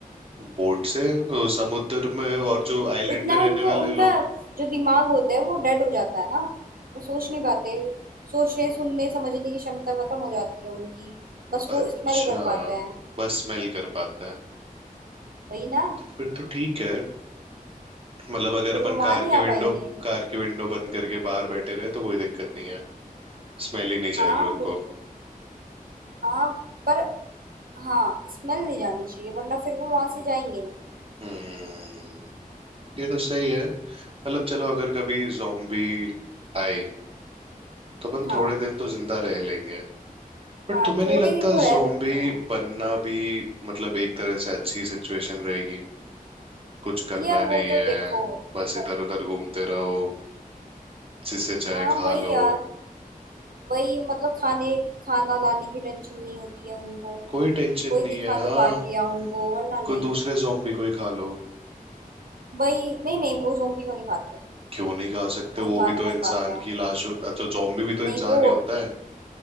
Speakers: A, on the right; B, on the right.
A: बोट से अ, समुद्र में और जो आइलैंड
B: इतना
A: पे
B: उनको
A: रहने वाले
B: उनका
A: लोग
B: जो दिमाग होता है वो डेड हो जाता है ना वो सोच नहीं पाते सोचने सुनने समझने की क्षमता खत्म हो जाती है उनकी बस वो
A: अच्छा
B: स्मेल कर पाते हैं
A: बस स्मेल कर पाता है
B: वही ना
A: फिर तो ठीक है मतलब अगर
B: फिर
A: अपन
B: वो वहां
A: कार
B: नहीं
A: की
B: आ
A: विंडो
B: पाएंगे
A: कार की विंडो बंद करके बाहर बैठे रहे तो कोई दिक्कत नहीं है स्मेल ही नहीं
B: हाँ
A: जाएगी उनको
B: बिल्कुल हाँ पर हाँ स्मेल नहीं जानी चाहिए वरना फिर वो वहां से जाएंगे नहीं
A: हम्म ये तो सही है मतलब चलो अगर कभी zombie आए तो अपन
B: हाँ
A: थोड़े दिन तो जिंदा रह लेंगे बट
B: हाँ
A: तुम्हें नहीं
B: थोड़े
A: लगता
B: दिन तो रह
A: zombie
B: सकते हैं
A: बनना भी मतलब एक तरह से अच्छी सिचुएशन रहेगी कुछ करना
B: यार
A: नहीं
B: वो तो
A: है
B: देखो
A: बस
B: मतलब
A: इधर उधर घूमते रहो जिसे चाहे
B: हाँ
A: खा
B: वही
A: लो
B: यार वही मतलब खाने खाना लाने की टेंशन नहीं होती है उनको
A: कोई टेंशन
B: कोई
A: नहीं
B: दिखा
A: है हाँ
B: तो काट लिया उनको वरना
A: कोई
B: नहीं
A: दूसरे zombie को ही खा लो
B: वही नहीं नहीं वो जोम्बी को नहीं खाते
A: क्यों नहीं खा सकते
B: वो इंसानों
A: वो भी तो
B: को
A: इंसान
B: ही खाते हैं
A: की लाश हो अच्छा zombie भी तो
B: नहीं
A: इंसान
B: वो
A: ही होता है